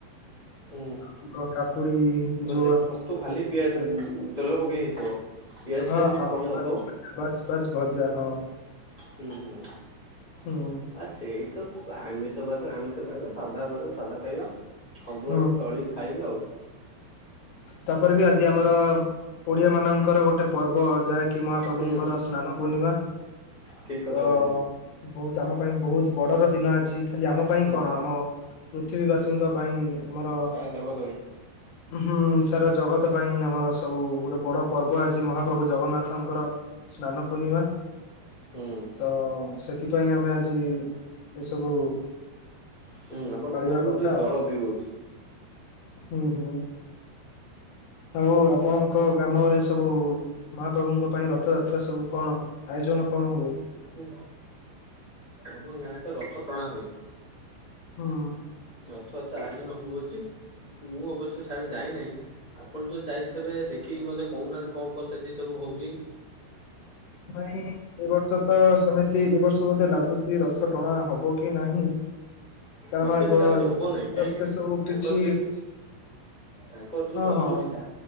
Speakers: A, on the left; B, on the left.
A: ହୁଁ
B: ଆମ୍ବ କାକୁଡି-ଇ
A: ମତେ
B: ଯଉ <inaudible>
A: ଛତୁ ଖାଲି ପିଆଜ ତେଲ ପକେଇ ହେଇଥିବ। ପିଆଜ
B: ହଁ,
A: ଫିଆଜ କିଛି
B: ହଁ
A: ପଡି ନଥିବ
B: ବସ୍ ଭଯା, ବସ୍ ବସ୍, ଭଯା ହଁ।
A: ହୁଁ ହୁଁ ଆ
B: ହୁଁ
A: ସେଇ ତ ଆମିଷ ବାରରେ ଆମିଷ ଖାଇବା ସାଧା ବାରରେ ସାଧା ଖାଇବା ସବୁ
B: ହୁଁ
A: ଆଡକୁ ଚଳିକି ଖାଇବେ ଆଉ।
B: ତାପରେ ବି ଆଜି ଆମର ଓଡିଆ ମାନଙ୍କର ଗୋଟେ ପର୍ବ ଯାହାକି ମହାପ୍ରଭୁଙ୍କର
A: ହୁଁ
B: ସ୍ନାନ ପୂର୍ଣ୍ଣିମା
A: ଠିକ କଥା
B: ତ
A: କହିଛନ୍ତି
B: ବୋହୁତ ଆମ ପାଇଁ ବୋହୁତ ବଡର ଦିନ ଆଜି ଖାଲି ଆମ ପାଇଁ
A: ହଁ
B: କଣ ଆମ ପୃଥିବୀ ବାସୀଙ୍କ ପାଇଁ ଆମର
A: ସାରା ଜଗତ ପାଁଇ।
B: ହୁଁ ସାରା ଜଗତ ପାଇଁ ଆମର ସବୁ ଗୋଟେ ବଡ ପର୍ବ ଆଜି ମହାପ୍ରଭୁ ଜଗନ୍ନାଥ ଙ୍କର ସ୍ନାନ ପୂର୍ଣ୍ଣିମା
A: ହୁଁ
B: ତ ସେଥିପାଇଁ ଆମେ ଆଜ୍ ଯେ ଇଏ ଏସବୁ
A: ହୁଁ ଆପଣ
B: ପାଳିବା
A: କୁହନ୍ତୁ ମୁଁ
B: କଥା
A: ଟିକେ ଜଳ
B: ଆଉ
A: ପିଉଅଛି।
B: ହୁଁ ହୁଁ ହୋଉ ଆପଣଙ୍କ ଗ୍ରାମରେ ସ୍ ସବୁ ମହାପ୍ରଭୁଙ୍କ ପାଇଁ ରଥଯାତ୍ରା ସବୁ କଣ ଆୟୋଜନ କଣ ହୁଏ?
A: ହୁଁ। ଆମ ଗାଁରେ ତ ରଥ ଟଣା ହୁଏ।
B: ହଁ।
A: ରଥଯାତ୍ରା ଆୟୋଜନ ହୋଉଅଛି ମୁଁ ଅବଶ୍ୟ ସ୍ୟାଡେ ଯାଇନାହିଁ ଆପଣ ତ ଯାଇଥିବେ ଦେଖିକି ମତେ କୋହୁନାହାନ୍ତି କଣ କଣ ସେଠି ସବୁ ହୋଉଚି?
B: ନାଇଁ ଏ ବର୍ଷ ତ ସେମିତି ଏ ବର୍ଷ ବୋଧେ ଲାଗୁଚି କି ରଥ ଟଣା ହବ କି ନାହିଁ କାରଣ
A: ମତେ
B: ଏବ
A: ବି ଲାଗୁଚି
B: ଏ
A: ହବ ନାହିଁ
B: ବର୍ଷ
A: କାହିଁକିନି
B: ସେ ସବୁ
A: ତାଙ୍କର
B: କିଛି
A: ଯେହେତୁ ତାଙ୍କର ଯେତୁ
B: ହଁ
A: ଅସୁବିଧା
B: ହଁ